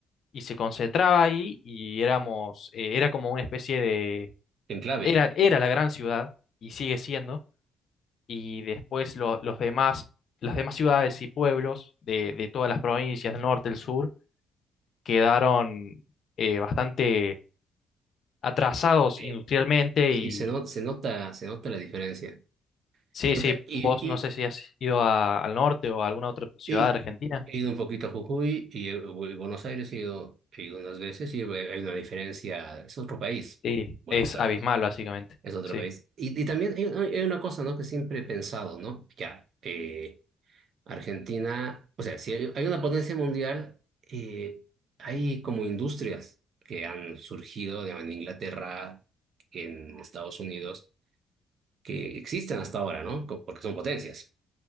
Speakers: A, on the left; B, on the right.
A: y se concentraba ahí y éramos, eh, era como una especie de,
B: Enclave.
A: era, era la gran ciudad y sigue siendo y después lo- los demás, las demás ciudades y pueblos de, de todas las provincias del norte, el sur, quedaron eh, bastante atrasados
B: Eh,
A: industrialmente
B: Sí, se, no-
A: y
B: se nota, se nota la diferencia.
A: sí,
B: Se
A: sí,
B: nota- Y,
A: vos no sé si has ido a- al norte o a alguna otra ciudad
B: Y
A: de Argentina,
B: he ido un poquito a Jujuy y he- voy a Buenos Aires he ido, he ido unas veces y ve- hay una diferencia, es otro país,
A: sí,
B: Buenos
A: es
B: Aires,
A: abismal básicamente,
B: es otro
A: sí,
B: país. Y, y también hay, hay una cosa, ¿no? que siempre he pensado, ¿no? Ya, eh, Argentina, o sea, si hay, hay una potencia mundial, eh, hay como industrias que han surgido digamos, en Inglaterra, en Estados Unidos, que existen hasta ahora, ¿no? Co- Porque son potencias.